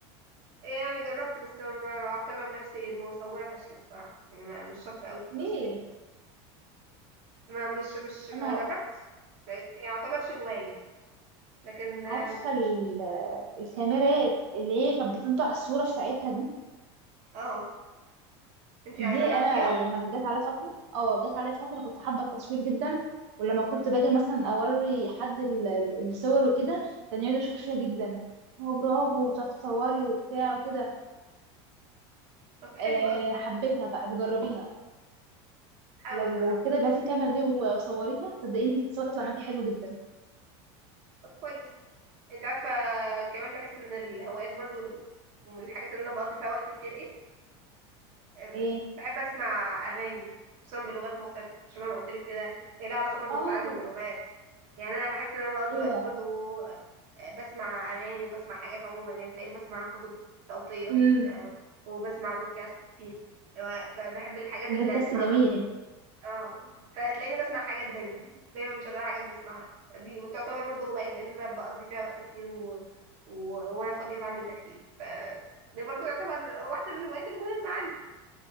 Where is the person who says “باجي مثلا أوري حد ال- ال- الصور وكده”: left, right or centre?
Right